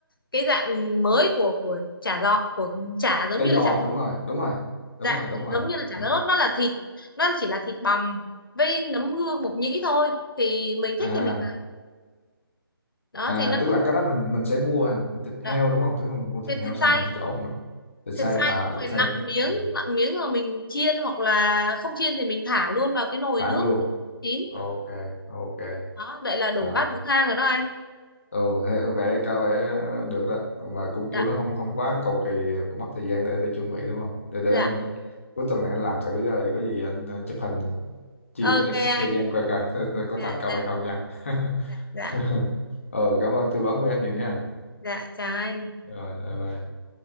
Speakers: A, on the left; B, on the left.
A: cái dạng mới của của chả giò của chả giống
B: tỏi
A: như
B: giò
A: là chả
B: đúng rồi đúng rồi đúng
A: dạng
B: rồi đúng rồi
A: giống như là chả
B: ừ.
A: lót nó là thịt nó chỉ là thịt bằm với nấm hương mộc nhĩ thôi thì mình
B: à
A: thích thì mình ăn. đó
B: à
A: thì nó
B: tức là cái đó mình mình sẽ mua thịt
A: đó.
B: heo đúng không tức là mình mua thịt
A: thịt
B: heo
A: thịt
B: xong
A: xay
B: mình trộn mình thịt xay
A: thịt xay
B: à
A: xong
B: thịt
A: rồi nặn
B: xay
A: miếng
B: ừ.
A: nặn miếng rồi mình chiên hoặc là không chiên thì mình thả luôn vào cái nồi
B: thả
A: nước
B: luôn
A: chín
B: ok ok
A: đó vậy là đủ
B: đó
A: bát bún thang rồi đó anh
B: ồ thấy có vẻ có vẻ ờ, được đó mà cũng
A: dạ
B: kêu nó không không quá cầu kỳ cũng mất thời gian để để chuẩn bị đúng không để để
A: dạ
B: anh cuối tuần này anh làm thử rồi có gì anh ờ, chụp hình chia
A: ok
B: share
A: anh
B: cho em coi coi <laughs> coi có
A: dạ
B: thành công
A: dạ
B: hay không nha
A: dạ dạ
B: <laughs> ừ cảm ơn tư vấn của em nhiều nha
A: dạ chào anh
B: rồi bye bye